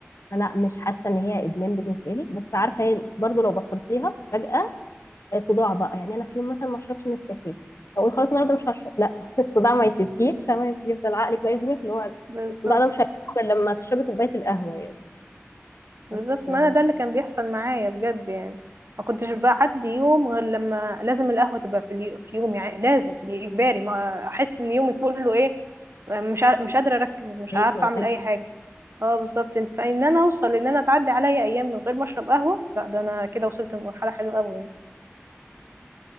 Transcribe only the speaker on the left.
فلا مش حاسة ان هي ادمان بالنسبة لي بس عارفة هي برضو لو بطلتيها فجأة آه، صداع بقى يعني انا في يوم مثلا ما اشربش نسكافيه اقول خلاص النهارده مش هشرب لا <laughs> الصداع ما يسيبكيش فما يفضل عقلك بقى يفهمك اللي هو
الصداع ده مش هيروح غير لما تشربي كوباية القهوة يعني
بس آه،
هيكمل